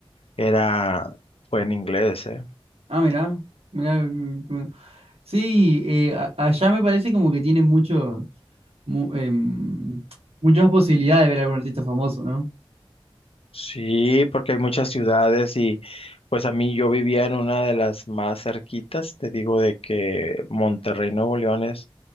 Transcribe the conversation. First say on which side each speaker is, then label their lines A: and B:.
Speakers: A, on the left; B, on the right.
A: era, fue en inglés, ¿eh?
B: Ah, mirá, mirá. mm, bueno. Sí, eh, a- allá me parece como que tienen mucho, mu- em, mucho más posibilidad de ver a algún artista famoso, ¿no?
A: Sí, porque hay muchas ciudades y pues a mí yo vivía en una de las más cerquitas, te digo de que Monterrey, Nuevo León es,